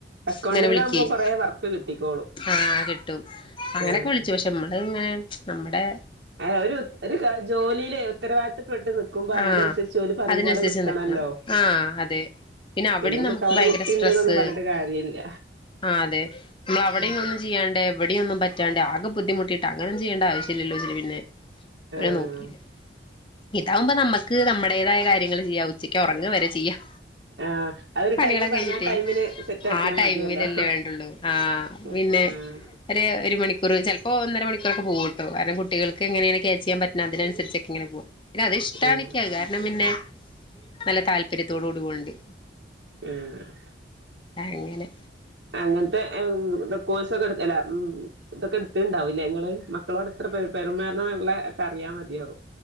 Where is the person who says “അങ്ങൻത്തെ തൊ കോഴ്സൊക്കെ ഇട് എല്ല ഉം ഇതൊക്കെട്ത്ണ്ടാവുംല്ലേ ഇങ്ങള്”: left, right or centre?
Right